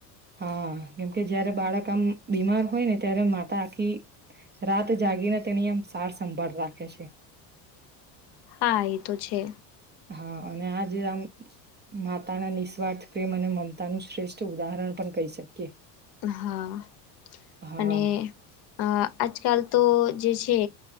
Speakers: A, on the right; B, on the left.
A: હા કેમકે જયારે બાળક આમ બીમાર હોય ને ત્યારે માતા આખી રાત જાગીને તેની આમ સાર સંંભાળ રાખે છે.
B: હા એ તો છે.
A: હા અને આ જે આમ માતાના નિસ્વાર્થ પ્રેમ અને મમતાનું શ્રેષ્ઠ ઉદાહરણ પણ કહી શકીએ
B: હા
A: હા
B: અને આ આજકાલ તો જે છે